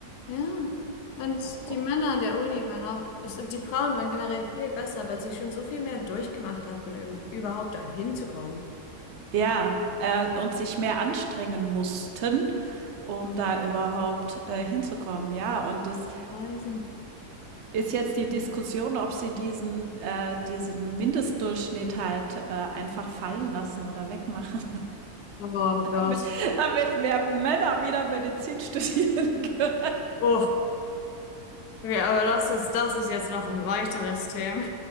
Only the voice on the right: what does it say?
O-
Ja, äh, und sich mehr anstrengen mussten, um da überhaupt äh, hinzukommen. Ja, und das
ist jetzt die Diskussion, ob sie diesen äh, diesen Mindestdurchschnitt halt äh, einfach fallen lassen oder wegmachen,
<laughs>
damit, damit mehr Männer wieder Medizin <laughs> studieren können.